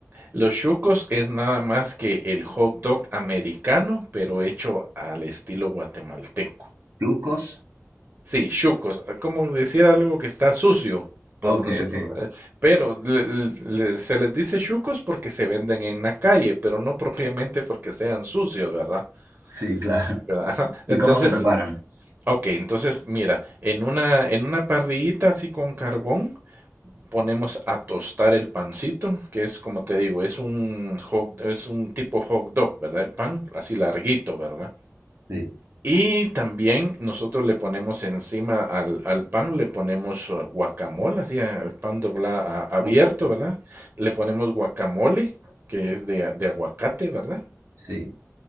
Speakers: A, on the right; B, on the right.
A: Los chucos es nada más que el hot dog americano, pero hecho al estilo guatemalteco.
B: ¿Trucos?
A: Sí, chucos, como decir algo que está sucio por
B: Ok,
A: nosotros,
B: ok.
A: eh, pero le- le- se les dice chucos porque se venden en la calle, pero no propiamente porque sean sucios, ¿verdad?
B: Sí, <laughs> claro.
A: <laughs> ¿Verdad? Ajá.
B: ¿Y
A: Entonces,
B: cómo se preparan?
A: ok, entonces mira, en una, en una parrillita así con carbón ponemos a tostar el pancito, que es como te digo, es un hot- es un tipo hot dog, ¿verdad? El pan así larguito, ¿verdad?
B: Sí.
A: Y también nosotros le ponemos encima al, al pan, le ponemos eh, guacamole, así eh, el pan dobla abierto,
B: Oh,
A: ¿verdad? Le ponemos guacamole, que es de, a- de aguacate, ¿verdad?
B: Sí.